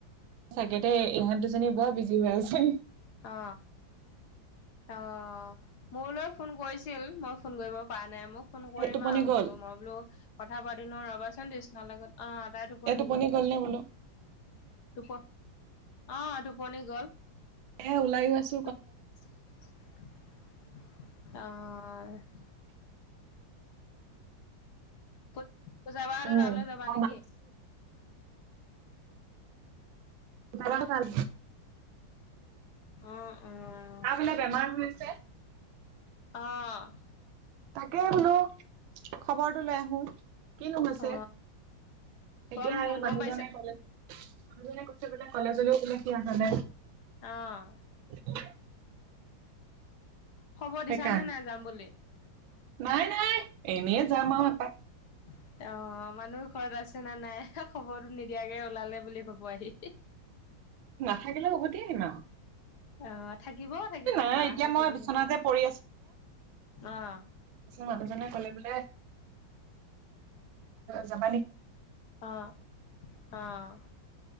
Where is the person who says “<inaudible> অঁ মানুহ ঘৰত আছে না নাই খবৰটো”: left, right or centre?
Left